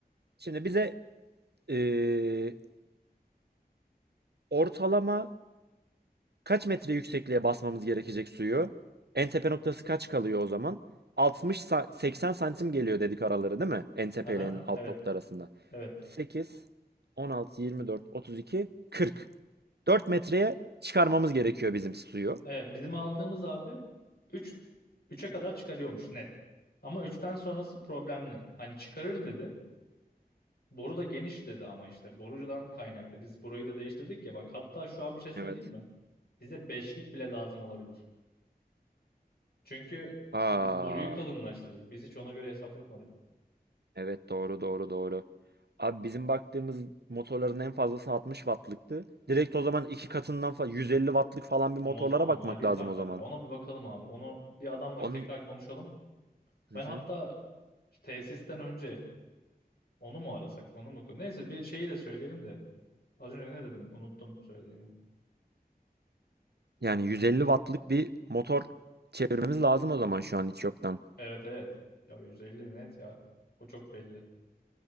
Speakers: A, on the right; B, on the left.
A: Şimdi bize eee, ortalama Kaç metre yüksekliğe basmamız gerekecek suyu? En tepe noktası kaç kalıyor o zaman? Altmış, sa- 80 santim geliyor dedik araları değil mi? En tepe
B: Aha.
A: ile en alt
B: Evet.
A: nokta arasında.
B: Evet.
A: 8, 16, 24, 32, 40. 4 metreye çıkarmamız gerekiyor bizim suyu.
B: Evet. Bizim aldığımız abi 3 üçe kadar çıkarıyormuş net. Ama üçten sonrası problemli. Hani çıkarır dedi. Boru da geniş dedi ama işte borudan kaynaklı. Biz boruyu da değiştirdik ya bak hatta şu an bir şey söyleyeyim
A: Evet.
B: mi? Bize beşlik bile lazım olabilir. Çünkü
A: Aa,
B: biz boruyu kalınlaştırdık. Biz hiç ona göre hesap yapmadık.
A: evet doğru doğru doğru. Abi bizim baktığımız motorların en fazlası 60 wattlıktı. Direkt o zaman iki katından falan 150 wattlık falan bir
B: Ama
A: motorlara
B: o zaman da
A: bakmak
B: maliyet
A: lazım
B: artar
A: o zaman.
B: ya. Ona bir bakalım abi. Onu bir adamla
A: Onun
B: tekrar konuşalım.
A: Hı
B: Ben
A: hı.
B: hatta tesisten önce onu mu arasak, onu mu? Neyse bir şeyi de söyleyelim de. Az önce ne dedin? Unuttum söylediğini.
A: Yani 150 wattlık bir motor çevirmemiz lazım o zaman şu an hiç yoktan.
B: Evet evet. Ya 150 net ya. O çok belli.